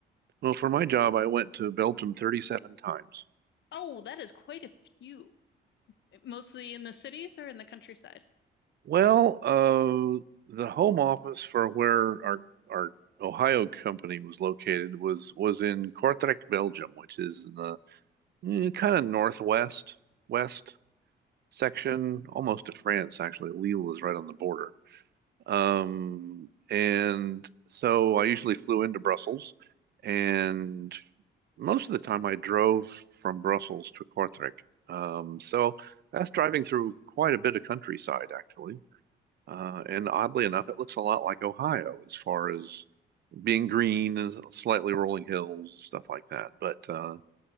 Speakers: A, on the right; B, on the left.
A: Well, for my job, I went to Belgium 37 times.
B: Oh, that is quite a few. Mostly in the cities or in the countryside?
A: Well, uh, the home office for where our our Ohio company was located was was in Kortrijk, Belgium, which is in the mm, kind of northwest west section, almost to France, actually. Lille is right on the border. Um, and so I usually flew into Brussels and most of the time I drove from Brussels to Kortrijk. Um, so that's driving through quite a bit of countryside, actually. Uh, and oddly enough, it looks a lot like Ohio as far as being green and slightly rolling hills and stuff like that. But uh,